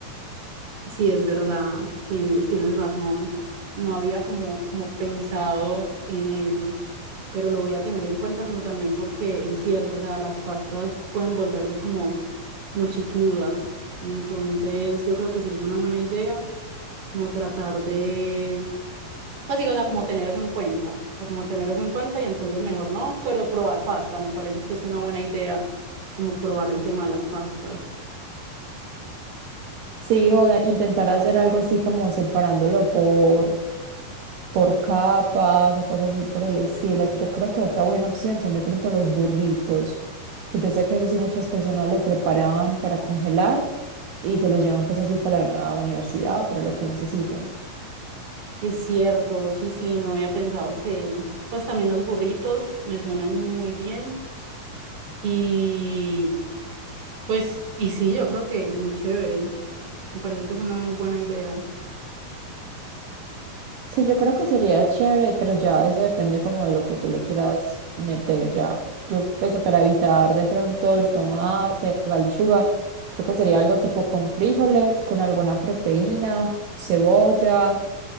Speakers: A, on the right (about 40°); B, on the right (about 70°).
A: Sí, es verdad, tienes, tienes razón. No había como, como pensado en eso, pero lo voy a tener en cuenta como también porque es cierto, o sea, las pastas pueden volverse como como chicludas. Entonces, yo creo que sí es una buena idea, como tratar de, pues digo, o sea, como tener eso en cuenta, o sea, como tener eso en cuenta y entonces mejor no, pero probar pasta, me parece que es una buena idea, como probar el tema de las pastas.
B: Sí, o a intentar hacer algo así como separándolo por, por capas o cosas así por el estilo. Yo creo que otra buena opción son de pronto los burritos, que yo sé que eso sí muchas personas lo preparaban para congelar y se los llevan pues así para la universidad, para lo que necesiten.
A: Es cierto, sí, sí, no había pensado que, pues también los burritos me suenan muy bien y pues, y sí, yo creo que muy chévere, me parece que es una muy buena idea.
B: Sí, yo creo que sería chévere, pero ya eso depende como de lo que tú le quieras meter. Ya, yo pensé para evitar de pronto el tomate, la lechuga, creo que sería algo tipo con frijoles, con alguna proteína, cebolla,